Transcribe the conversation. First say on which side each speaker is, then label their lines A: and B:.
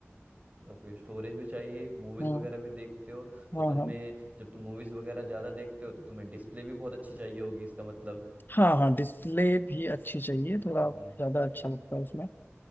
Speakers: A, on the right (about 35°); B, on the left (about 45°).
A: ओके स्टोरेज भी चाहिए मूवीज
B: हम्म,
A: वगैरह भी देखते हो
B: हाँ
A: तो तुम्हें
B: हाँ
A: जब तुम मूवीज वगैरह ज्यादा देखते हो तो तुम्हें डिस्प्ले भी बहुत अच्छी चाहिए होगी इसका मतलब
B: हाँ हाँ डिस्प्ले भी अच्छी चाहिए थोड़ा
A: हम्म,
B: ज्यादा अच्छा लगता है उसमें